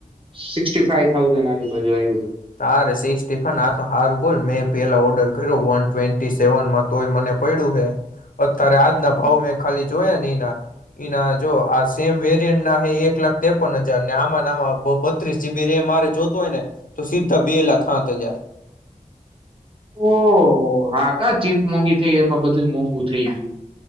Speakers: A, on the right (about 35°); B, on the left (about 70°).
A: સિક્ ફાઈ થાઉઝન્ આજે બધું આવ્યું હતું
B: ત ર સ સ્ટીફન આથ સારું બોલ મેં પેલા ઓર્ડર કર્યો વન ટ્વેન્ટી સેવનમાં તોય મને પડ્યું હે અત્યારે આજના ભાવ મેં ખાલી જોયા ને એના એના જો આ સેમ વેરિયન્ટ ના હ એક લાખ ત્રેપન હજાર ને આમાંમાં બત્રીસ જીબી રેમ મારે જોતો હોય ને તો સીધા બે લાખા ત જ્યા
A: ઓહ હા કા ચીપ મોંઘી થઈ એમાં બધું મોંઘું થઇ ગયું